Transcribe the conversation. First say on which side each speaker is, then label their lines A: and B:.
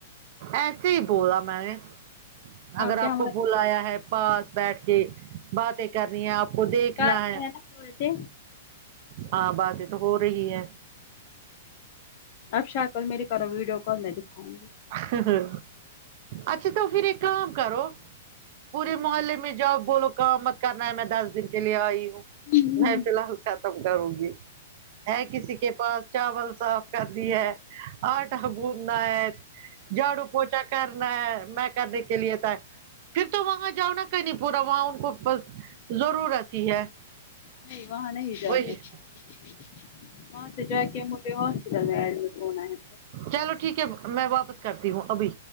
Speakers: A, on the right; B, on the left.
A: ایسے ہی بولا میں نے اگر
B: کیا
A: آپ
B: ہماری
A: کو بلایا ہے پاس بیٹھ کے باتیں کرنی ہے آپ کو دیکھنا
B: چاہتے
A: ہے
B: ہیں نا ہوئے تھے
A: ہاں باتیں تو ہو رہی ہے
B: اکشا کل میرے کروں ویڈیو کال میں دکھاؤں گی
A: ہ ہ اچھا تو پھر ایک کام کرو پورے محلے میں جاؤ بولو کام مت کرنا ہے میں دس دن کے لیے آئی ہوں
B: نہیں
A: میں فی الحال ختم کروں گی ہے کسی کے پاس چاول صاف کر دی ہے آٹا گوندھنا ہے جھاڑو پوچا کرنا ہے میں کرنے کے لیے تھا پھر تو وہاں جاؤں کہیں پورا وہاں ان کو بس ضرورت ہی ہے
B: نہیں وہاں نہیں جا
A: وہی
B: سکتے وہاں سے جا کے مجھے ہوسپٹل میں ایڈمیٹ ہونا کیا
A: چلو ٹھیک ہے میں واپس کرتی ہوں ابھی